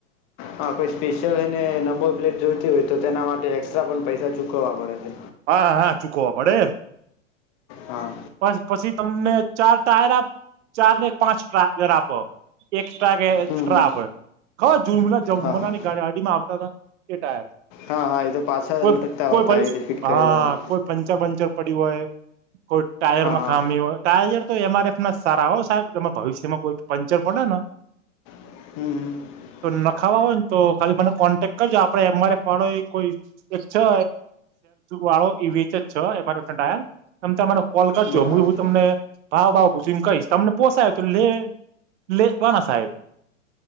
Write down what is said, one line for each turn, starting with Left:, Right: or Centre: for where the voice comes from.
Left: હા કોઈ સ્પેશિયલ છે ને નંબો પ્લેટ જોઈતી હોય તો તેના માટે એકસ્ટ્રા પણ પૈસા ચૂકવવા પડે છે
Right: હા હા ચૂકવવા પડે
Left: હા
Right: પ પછી તમને ચાર ટાયર ચાર ને પાંચ ટાયર આપો એક
Left: હમ હમ
Right: ્રા આપડ ખબર જમ
Left: હા
Right: જમનાની
Left: હા
Right: ગાડી આટીમાં આવતા હતા એ ટાયર
Left: હા હા એ તો પાછા
Right: કોઈ
Left: લટકતા
Right: કોઈ
Left: હોતા
Right: પછી
Left: એવી રીતે ફિટ
Right: હા
Left: કરેલા હોતા
Right: કોઈ પંચર પંચર પડ હોય કોઈ ટાયર
Left: હા
Right: માં
Left: હા
Right: ખામી હોય ટાયર તો એમ આર એફ ના સારા હો સાહેબ એમાં ભવિષ્યમાં કોઈ પંચર પડે ને
Left: હમ હ
Right: ન ખાવા હોયને તો ખાલી મને કોન્ટેક કરજો આપડે એમઆરફ વાળો કોઈ એક છે વાળો વચ જ છે એાયર તને કોલ કરજો
Left: બરાબર
Right: હું હું તમને ભાવ ભાવ પૂછીને કહીશ તમને પોસાય તો લે લે વાના સાહેબ